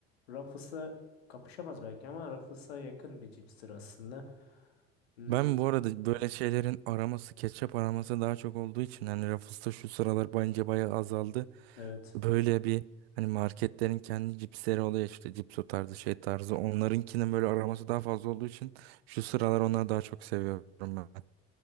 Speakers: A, on the left; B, on the right.
A: Ruffles'a kapışamaz belki ama Ruffles'a yakın bir cipstir aslında. Hmm,
B: Ben bu arada böyle şeylerin araması, ketçap araması daha çok olduğu için hani Ruffles'ta şu sıralar bence bayağı azaldı.
A: evet.
B: Böyle bir hani marketlerin kendi cipsleri oluyor işte cipso tarzı şey tarzı. Onlarınkinin böyle araması daha fazla olduğu için şu sıralar onları daha çok seviyorum ben.